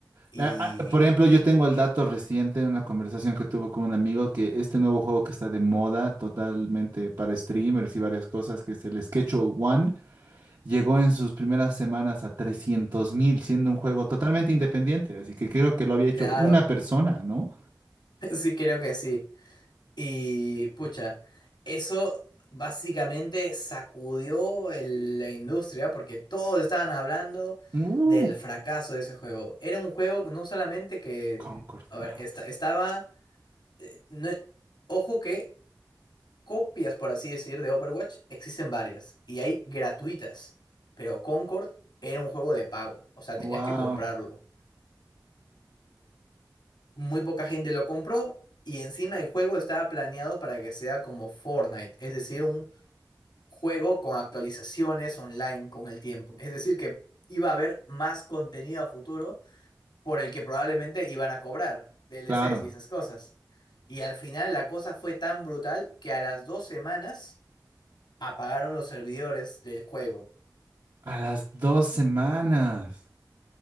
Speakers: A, on the left; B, on the right.
A: Y
B: Ah, ah, Por ejemplo, yo tengo el dato reciente de una conversación que tuve con un amigo que este nuevo juego que está de moda totalmente para streamers y varias cosas, que es el Schedule One, llegó en sus primeras semanas a trescientos mil, siendo un juego totalmente independiente. Así que creo que lo había hecho
A: claro,
B: una persona, ¿no?
A: <laughs> sí creo que sí. Y pucha, eso básicamente sacudió el- la industria porque todos estaban hablando
B: Uf,
A: del fracaso de ese juego. Era un juego que no solamente que,
B: Concord,
A: a
B: wow.
A: ver, esta- estaba, no- ojo que copias, por así decir, de Overwatch existen varias y hay gratuitas, pero Concord era un juego de pago, o sea, tenías
B: Wow,
A: que comprarlo. Muy poca gente lo compró y encima el juego estaba planeado para que sea como Fortnite, es decir, un juego con actualizaciones online con el tiempo. Es decir, que iba a haber más contenido a futuro por el que probablemente iban a cobrar DLCs
B: claro.
A: y esas cosas. Y al final la cosa fue tan brutal que a las dos semanas apagaron los servidores del juego.
B: A las dos semanas.